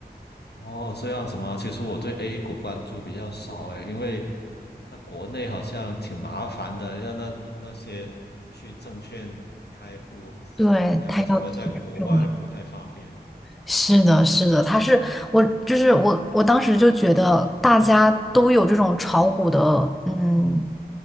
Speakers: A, on the left; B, in the centre.
A: 哦，这样子吗？其实我对 A 股关注比较少诶，因为它国内好像挺麻烦的，要那用那些去证券开户怎样，
B: 对，他要提前证明。
A: 而且我在国外不太方便。
B: 是的，是的，他是我，就是我，我当时就觉得大家都有这种炒股的，嗯，